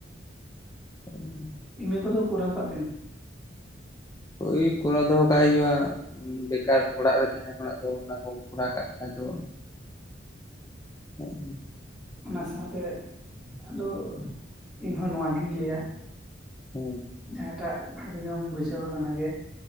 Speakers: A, on the left; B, in the centre.
A: ᱦᱮᱸ <unintelligible>
B: ᱤᱱᱟᱹ ᱠᱚᱫᱚ ᱠᱚᱨᱟ ᱠᱟᱜ ᱵᱤᱱ
A: ᱦᱳᱭ ᱠᱚᱨᱟᱣ ᱫᱚᱦᱚ ᱠᱟᱜ ᱦᱩᱭᱩᱜ-ᱟ ᱵᱮᱠᱟᱨ ᱚᱲᱟᱜ ᱨᱮ ᱛᱟᱦᱮᱸᱟᱸ ᱠᱷᱚᱱᱟᱜ ᱫᱚ ᱚᱱᱟ ᱠᱚᱢ ᱠᱚᱨᱟᱣ ᱠᱟᱜ ᱠᱷᱟ ᱫᱚ <unintelligible>
B: ᱚᱱᱟ ᱥᱟᱶᱛᱮ ᱟᱫᱚ ᱤᱧ ᱦᱚᱸ ᱱᱚᱣᱟ ᱜᱤᱧ ᱞᱟᱹᱭᱟ
A: <unintelligible>
B: ᱡᱟᱦᱟᱸᱴᱟᱜ ᱵᱷᱟᱜᱮ ᱜᱮᱢ ᱵᱩᱡᱷᱟᱹᱣᱟ ᱫᱟ ᱚᱱᱟᱜᱮ